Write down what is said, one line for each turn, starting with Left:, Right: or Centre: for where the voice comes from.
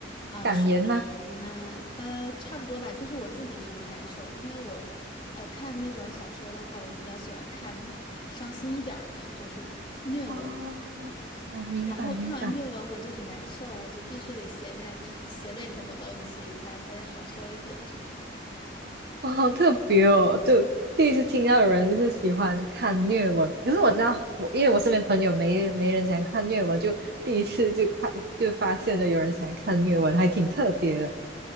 Left: 啊、
Right: 感言吗？
Left: 书评呢，呃，差不多吧，就是我自己什么感受，因为我，呃，看那种小说的话，我比较喜欢看伤心一点儿的，就是虐文，
Right: 哦，我明白明白，
Left: 然后看完虐文我就很难受，我就必须得写点写点什么东西才会好受一点，这种。
Right: 哦，好特别哦，就第一次听到有人就是喜欢看虐文，可是我知道我因为我身边朋友没没人喜欢看虐文，就第一次就看就发现了有人喜欢看虐文，还挺特别的。